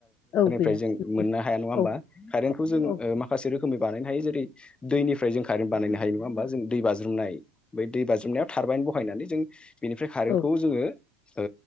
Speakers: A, on the left (about 40°); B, on the left (about 15°).
A: औ गैया
B: रि <unintelligible> मोननो हय नङा
A: औ
B: कारेन्ट खौ जों
A: औ
B: ओ माखासे रो खोमै बानायनो हायो जेरै दैनिफ्राय जों कारेन बानायनो हायो नङा होमा जों दै बाज्रुमनाय बै दै बाज्रुमनायाव थारबायन बहायनानै जों बेनिफ्राय कारेन्टखौ
A: औ
B: जोङो ओ